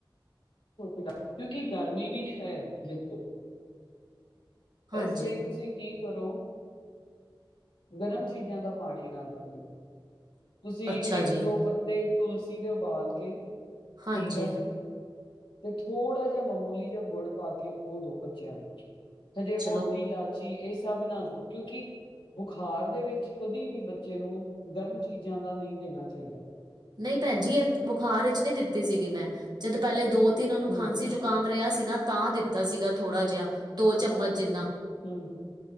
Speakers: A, on the left (about 80°); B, on the right (about 55°).
A: ਕੋਕ ਲਾ, ਕਿਉਂਕਿ ਗਰਮੀ ਵੀ ਹੈ ਦੇਖੋ
B: ਹਾਂਜੀ
A: ਇਸ ਲਈ ਤੁਸੀਂ ਕੀ ਕਰੋ, ਗਰਮ ਚੀਜ਼ਾਂ ਦਾ ਪਾਣੀ ਨਾ ਦੋਵੋਂ। ਤੁਸੀ
B: ਅੱਛਾ
A: ਇੱਕ
B: ਜੀ
A: ਦੋ ਪੱਤੇ ਤੁਲਸੀ ਦੇ ਉਬਾਲ ਕੇ
B: ਹਾਂਜੀ
A: ਠੀਕ ਆ ਜੀ ਤੇ ਥੋੜ੍ਹਾ ਜਿਹਾ ਮਾਮੂਲੀ ਜਿਹਾ ਗੁੜ ਪਾ ਕੇ, ਉਹ ਦਿਉ ਬੱਚਿਆਂ ਨੂੰ ਹਜੇ
B: ਚਲੋ
A: ਮੋਟੀ ਲੈ ਚੀ ਇਹ ਸਭ ਨਾ ਦੋ ਕਿਉਕਿ ਬੁਖਾਰ ਦੇ ਵਿੱਚ ਕਦੇ ਵੀ ਬੱਚੇ ਨੂੰ ਗਰਮ ਚੀਜ਼ਾਂ ਦਾ ਨਹੀਂ ਦੇਣਾ ਚਾਹੀਦਾ।
B: ਨਹੀਂ ਭੈਣ ਜੀ ਇਹ ਬੁਖਾਰ ਵਿੱਚ ਨਹੀਂ ਦਿੱਤੀ ਸੀਗੀ, ਮੈਂ ਜਦੋਂ ਪਹਿਲੇ ਦੋ ਤਿੰਨ ਉਹਨੂੰ
A: ਹੂੰ,
B: ਖਾਂਸੀ ਜੁਕਾ ਖੰਗ ਰਿਹਾ ਸੀ ਨਾ ਤਾਂ ਦਿੱਤਾ ਸੀਗਾ ਥੋੜਾ ਜਿਹਾ ਦੋ ਚਮਚ ਜਿੰਨਾ
A: ਹੂੰ